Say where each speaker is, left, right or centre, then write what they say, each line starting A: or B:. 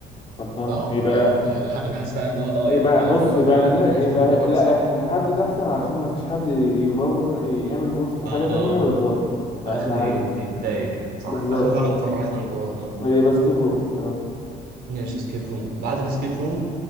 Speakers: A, on the left (about 35°); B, on the right (about 70°).
A: خلصان
B: صح
A: يبقى
B: ولا ايه <laughs> يعني ح- انا حاسس فعلا ان هو اه
A: يبقى
B: يعني البنات
A: بص
B: ه-
A: يبقى
B: هيقول
A: الن-
B: لك احنا عايزين
A: يبقى
B: كبرهم احسن
A: لا احنا نحدد احسن علشان ما فيش حد يفوت يعمل فوت في
B: اه
A: حاجة تانية ويتظلم
B: في
A: فاحنا
B: الاخر ي-
A: عايزين
B: يتضايق يعني صح
A: بالظبط
B: يبقى احنا فعلا
A: اه
B: نقرر احنا من جوانا اه
A: يبقى سكيب روم تمام
B: ماشي سكيب روم بعد السكيب روم